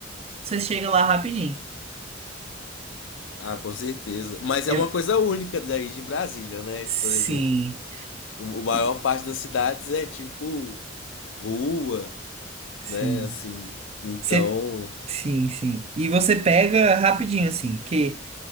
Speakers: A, on the right; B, on the left.
A: você chega lá rapidinho.
B: Ah, com certeza. Mas
A: É,
B: é uma coisa única daí de Brasília, né?
A: sim,
B: Por exemplo, o, a maior
A: e-
B: parte das cidades é tipo rua,
A: sim.
B: né? Assim, então.
A: Você, sim, sim. E você pega rapidinho, assim, que